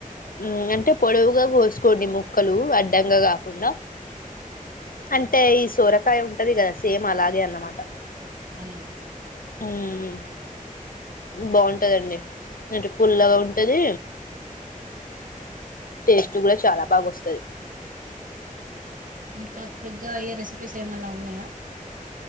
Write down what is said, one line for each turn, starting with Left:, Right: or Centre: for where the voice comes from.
Left: ఊ అంటే పొడవుగా కోసుకోండి ముక్కలు అడ్డంగా కాకుండా. అంటే ఇస్ సోరకాయ ఉంటది గదా, సేమ్ అలాగే అన్నమాట.
Right: అవునా
Left: హ్మ్ బాగుంట్ ట్టదండి. అంటే పుల్లగా ఉంటదీ. టేస్ట్ గూడా చాలా బాగొస్తది.
Right: ఇంకా క్విక్గా అయ్యే రెసిపీస్ ఏమన్నా ఉన్నాయా.